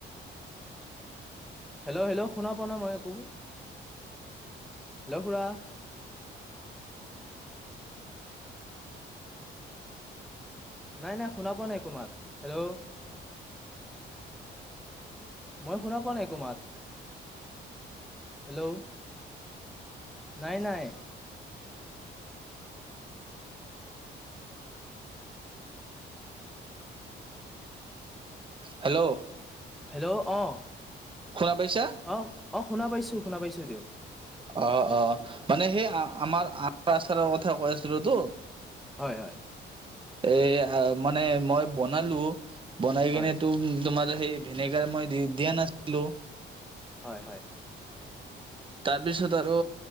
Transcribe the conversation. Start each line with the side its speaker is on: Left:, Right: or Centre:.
Centre: হেল্ল হেল্ল শুনা পোৱা না মই একো হেল্ল' খুৰা নাই নাই শুনা পোৱা নাই একো মাত হেল্ল' মই শুনা পোৱা নাই একো মাত? হেল্লো' নাই নাই। <unintelligible> <inaudible>
Right: হেল্ল'
Centre: হেল্লো' অহ,
Right: শুনা পাইছা
Centre: অহ। অ শুনা পাইছো শুনা পাইছো দেও।
Right: অ অ মানে সেই আমাৰ আমৰ আচাৰৰ কথা কৈ আছিলো তো।
Centre: হয় হয়।
Right: এ মানে মই বনালো বনাই
Centre: হয়
Right: কিনে তো তোমাৰ সেই ভিনেগাৰ মই দি দিয়া নাছিলো
Centre: হয় হয়।
Right: তাৰপিছত আৰু